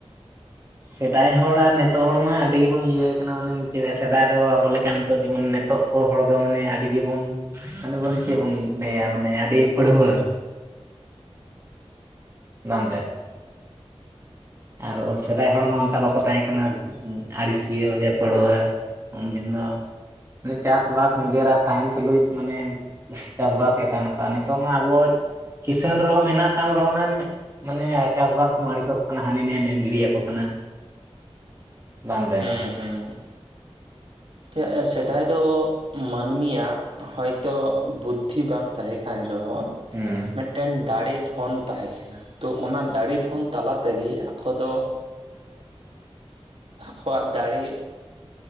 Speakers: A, on the right; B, on the right.
A: <unintelligible>
B: ᱥᱮᱫᱟᱭ ᱦᱚᱲ ᱟᱨ ᱱᱮᱛᱚᱜ ᱦᱚᱲ ᱢᱟ ᱟᱹᱰᱤ ᱜᱮᱵᱚᱱ ᱤᱭᱟᱹ ᱠᱟᱱᱟ ᱢᱟᱱᱮ ᱪᱮᱫ ᱥᱮᱫᱟᱭ ᱫᱚ ᱟᱵᱚ ᱞᱮᱠᱟ ᱱᱤᱛᱚᱜ ᱡᱮᱢᱚᱱ ᱱᱤᱛᱚᱜ ᱟᱵᱚ ᱦᱚᱲ ᱫᱚ ᱢᱟᱱᱮ ᱟᱹᱰᱤ ᱜᱮᱵᱚᱱ ᱢᱟᱱᱮ ᱵᱚᱱ ᱪᱮᱫ ᱵᱚᱱ ᱞᱟᱹᱭᱟ ᱢᱟᱱᱮ ᱟᱹᱰᱤ ᱯᱟᱹᱲᱦᱩᱣᱟ. <unintelligible> ᱟᱨ ᱥᱮᱫᱟᱭ ᱦᱚᱲᱢᱟ ᱚᱝᱠᱟ ᱵᱟᱠᱚ ᱛᱟᱦᱮᱸ ᱠᱟᱱᱟ ᱟᱹᱲᱤᱥᱤᱭᱟᱹ ᱦᱩᱭᱟ ᱯᱟᱹᱲᱣᱟᱹ ᱩᱱᱫᱤᱱ ᱫᱚ ᱪᱟᱥ ᱵᱟᱥ ᱱᱤᱡᱮᱨᱟᱜ ᱛᱟᱦᱮᱸᱱ ᱛᱩᱞᱩᱡ ᱢᱟᱱᱮ ᱪᱟᱥᱵᱟᱥ ᱜᱮ ᱛᱟᱦᱮᱸᱱᱟᱠᱚ ᱟᱨ ᱱᱤᱛᱚᱜ ᱢᱟ ᱟᱵᱚ ᱠᱤᱥᱟᱹᱲ ᱨᱮᱦᱚᱸᱢ ᱦᱮᱱᱟᱜ ᱛᱟᱢ ᱨᱮᱦᱚᱸ ᱱᱟᱜ ᱢᱟᱱᱮ ᱪᱟᱥᱵᱟᱥ ᱠᱚᱢ ᱟᱹᱲᱤᱥᱚᱜ ᱚᱱᱟ ᱦᱟᱹᱱᱤ ᱱᱟᱹᱭᱮᱢ ᱮᱢ ᱜᱤᱰᱤᱭᱟᱠᱚ ᱠᱟᱱᱟ ᱵᱟᱝ ᱛᱮ
A: ᱦᱩᱸ ᱦᱩᱸ <unintelligible> ᱥᱮᱫᱟᱭ ᱫᱚ ᱢᱟᱹᱱᱢᱤ ᱭᱟᱜ ᱦᱚᱭᱛᱚ ᱵᱩᱫᱽᱫᱷᱤ ᱵᱟᱝ ᱛᱟᱦᱮᱸ ᱠᱟᱱ ᱨᱮᱦᱚᱸ
B: ᱦᱩᱸ
A: ᱢᱤᱫᱴᱟᱹᱝ ᱫᱟᱲᱮ ᱫᱷᱚᱱ ᱛᱟᱦᱮᱸ ᱠᱟᱱᱟ ᱛᱚ ᱚᱱᱟ ᱫᱟᱲᱮ ᱫᱷᱚᱱ ᱚᱱ ᱛᱟᱞᱟ ᱛᱮᱜᱮ ᱟᱠᱚ ᱫᱚ ᱟᱠᱚᱣᱟᱜ ᱫᱟᱲᱮ